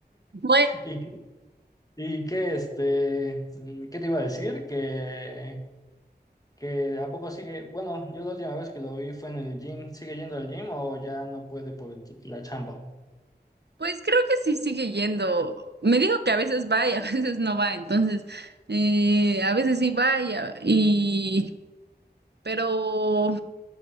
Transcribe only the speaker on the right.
Pues,
pues creo que sí sigue yendo. Me dijo que a veces va y a <laughs> veces no va, entonces eh, a veces sí va y, a- y- pero